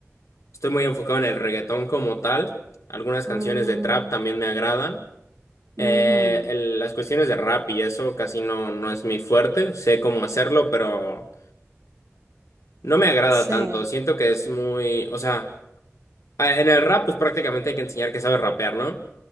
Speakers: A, on the left (about 80°); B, on the right (about 75°).
A: estoy muy enfocado en el reggaetón como tal. Algunas canciones
B: Mm,
A: de trap también me agradan. Eh,
B: ujú.
A: el- las cuestiones de rap y eso casi no, no es mi fuerte. Sé cómo hacerlo, pero no me agrada
B: Sí,
A: tanto. Siento que es muy, o sea, a- en el rap pues prácticamente hay que enseñar que sabes rapear, ¿no?